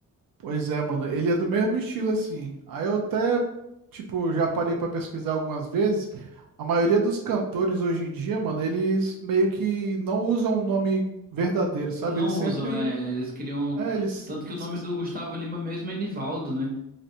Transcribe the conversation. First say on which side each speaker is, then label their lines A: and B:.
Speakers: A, on the right; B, on the right.
A: Pois é, mano, ele é do mesmo estilo assim. Aí eu até, tipo, já parei pra pesquisar algumas vezes. A maioria dos cantores hoje em dia, mano, eles meio que não usam o nome verdadeiro, sabe?
B: Não
A: Eles sempre,
B: usam, é, eles criam.
A: é, eles,
B: Tanto que
A: eles-
B: o nome do Gustavo Lima mesmo é Nivaldo, né?